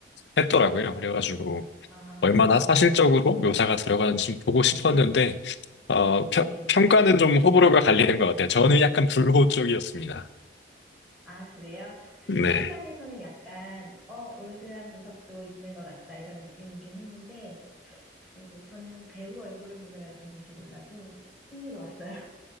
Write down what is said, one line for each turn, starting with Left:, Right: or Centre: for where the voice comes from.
Left: 했더라고요. 그래가지고
Centre: 아,
Left: 얼마나 사실적으로 묘사가 들어가는지 좀 보고 싶었는데 어, 평,
Centre: 네.
Left: 평가는 좀 호불호가 갈리는 것 같아요. 저는 약간 불호 쪽이었습니다.
Centre: 아, 그래요? 스토리상에서는
Left: 네.
Centre: 약간, 어, 올드한 구석도 있는 것 같다, 이런 느낌이긴 했는데, 그래도 저는 배우 얼굴을 보느라 그랬는지 몰라도 흥미로웠어요.